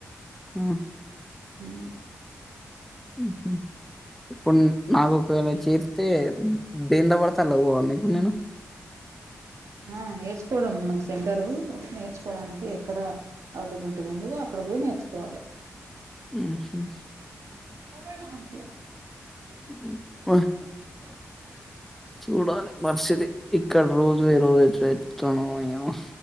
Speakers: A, in the centre; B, on the right.
A: ఆ
B: ఊ
A: ఉహు ఇప్పుడు నాకు ఒకవేళ చేతే దేని ద పడతేలా పోవాలి ఇప్పుడు నేను
B: ఆ నేర్చుకోవడం మన ఒక సెంటరు నేర్చుకోవడానికి అక్కడ అవైలబిలిటీ ముందు అక్కడ పోయి నేర్చుకోవాలి.
A: నేను
B: <unintelligible> అట్లా
A: <unintelligible> చూడాలి పరిస్థితి ఇక్కడ రోజు వే రోజు తెతుతాను ఏమో